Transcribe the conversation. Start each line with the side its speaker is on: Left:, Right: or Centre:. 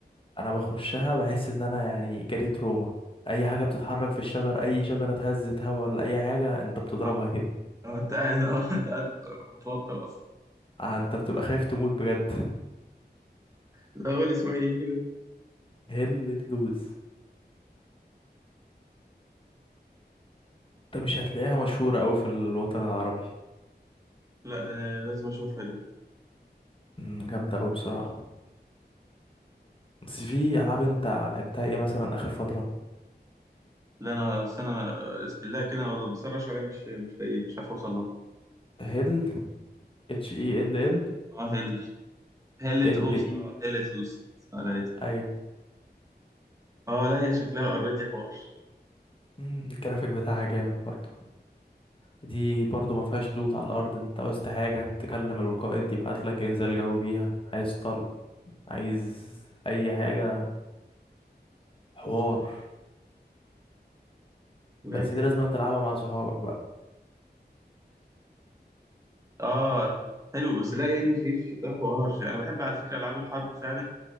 Left: انا بخشها بحس ان انا يعني جالي تروما اي حاجة بتتحرك في الشجر اي شجرة اتهزت هوا ولا اي حاجة انت بتضربها
Right: آه،
Left: كده
Right: آه، انت قاعد آه، انت قاعد متوتر اصلا
Left: آه، انت بتبقى خايف تموت بجد
Right: لا قول اسمعي كده
Left: <laughs> هلة لوز ده مش هتلاقيها مشهورة أوي في الوطن العربي
Right: لا ده أنا لازم اشوفها دي
Left: مم، جامدة أوي بصراحة بس في ألعاب أنت لعبتها إيه مثلا آخر فترة
Right: لا انا بس انا بسم الله كده أنا بسرش عليها مش مش لاقيه مش عارف اوصل لها
Left: هيل اتش اي ال ال
Right: اه هل هلت
Left: ال
Right: اوس
Left: اي
Right: اه هلت لوس آه، لقيتها
Left: أيوة
Right: اه لا هي شكلها اوريدي حوار
Left: مم، الجرافيك بتاعها جامد برضه دي برضه ما فيهاش لوت على الأرض أنت عاوزت حاجة تكلم القائد يبعت لك إنزال جوي بيها عايز طلق عايز أي حاجة حوار
Right: لا
Left: بس
Right: دي
Left: دي لازم تلعبها مع صحابك بقى
Right: اه حلو بس لا يعني في في شكلها حوار انا بحب على فكره العاب الحرب فعلا